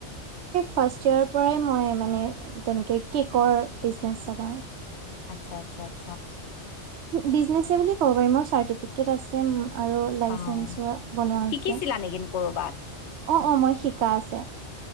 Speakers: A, on the right; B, on the left.
A: ফাৰ্ষ পৰাই মই <unintelligible> মানে তেনেকে কেকৰ বিছনেছ চল <unintelligible>
B: আচ্ছা আচছা
A: বিজনেচ বুলি কব পাৰি ম চ কেৰছে <unintelligible> আৰু লাইচেঞ্চ
B: অ'
A: বনোৱা হৈছে
B: শিকিছিলা নেকি ক'ৰবাত?
A: অ অ মই শিকা আছে